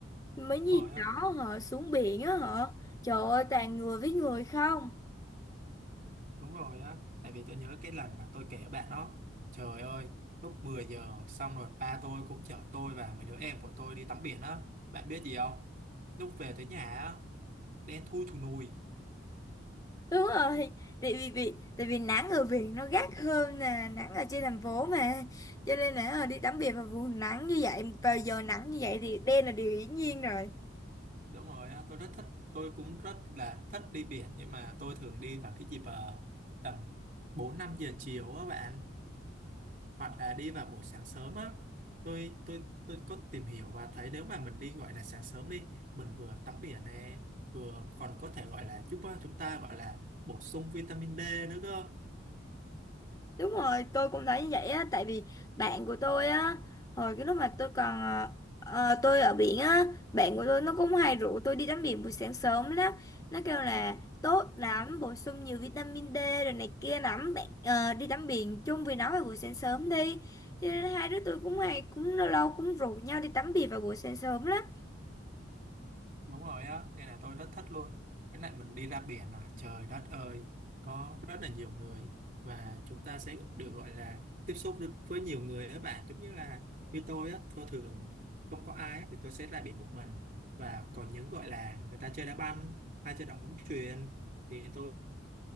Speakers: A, on the left (about 20°); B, on the right (about 40°).
A: Mấy dịp
B: rồi
A: đó họ xuống biển á họ, trời ơi toàn người với người không.
B: Đúng rồi á, tại vì tôi nhớ cái lần mà tôi kể bạn đó, trời ơi, lúc 10 giờ xong rồi ba tôi cũng chở tôi và mấy đứa em của tôi đi tắm biển á, bạn biết gì không? Lúc về tới nhà á, đen thui thù nùi,
A: Đúng rồi, tại vì, vì tại vì nắng ở biển nó gắt hơn nè, nắng ở trên thành phố mà. Cho nên là ờ, đi tắm biển vào vùng nắng như vậy, vào giờ nắng như vậy thì đen là điều hiển nhiên rồi.
B: đúng rồi á, tôi rất thích, tôi cũng rất là thích đi biển nhưng mà tôi thường đi vào cái dịp ờ, tầm 4 5 giờ chiều á bạn, hoặc là đi vào buổi sáng sớm á tôi tôi tôi có tìm hiểu và thấy nếu mà mình đi gọi là sáng sớm đi mình vừa tắm biển nè vừa còn có thể gọi là giúp ờ, chúng ta gọi là bổ sung vitamin D nữa cơ
A: Đúng rồi, tôi cũng thấy như vậy á, tại vì bạn của tôi á, hồi cái lúc mà tôi còn ờ, ờ, tôi ở biển á, bạn của tôi nó cũng hay rủ tôi đi tắm biển buổi sáng sớm lắm. Nó kêu là tốt lắm, bổ sung nhiều vitamin D rồi này kia lắm, bạn ờ, đi tắm biển chung với nó vào buổi sáng sớm đi. Cho nên hai đứa tôi cũng hay cũng lâu lâu cũng rủ nhau đi tắm biển vào buổi sáng sớm lắm.
B: đúng rồi á nên là tôi rất thích luôn cái này mình đi ra biển mà trời đất ơi có rất là nhiều người và chúng ta sẽ được gọi là tiếp xúc được với nhiều người á bạn giống như là như tôi á tôi thường không có ai á, thì tôi sẽ ra biển một mình và còn những gọi là người ta chơi đá banh hay chơi đá bóng chuyền thì tôi